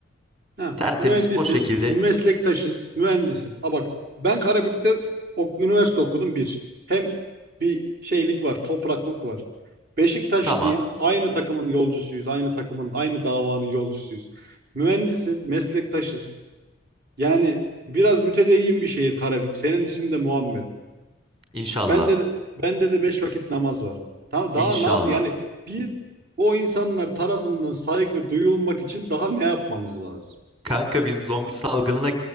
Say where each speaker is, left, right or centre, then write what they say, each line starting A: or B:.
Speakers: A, on the right; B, on the right.
A: Ha,
B: Tertemiz
A: mühendisiz,
B: o şekilde
A: meslektaşız, mühendisiz. A bak ben Karabük'te ok- üniversite okudum bir. Hem bir şeylik var, topraklık var. Beşiktaşlıyım,
B: tamam.
A: aynı takımın yolcusuyuz, aynı takımın, aynı davanın yolcusuyuz. Mühendisim, meslektaşız. Yani biraz mütedeyyin bir şehir Karabük. Senin ismin de Muhammed.
B: İnşallah.
A: Bende de, bende de beş vakit namaz var. Tamam, daha
B: İnşallah.
A: ne yap? Yani biz o insanlar tarafından saygı duyulmak için daha ne yapmamız lazım?
B: Kanka biz zombi salgınına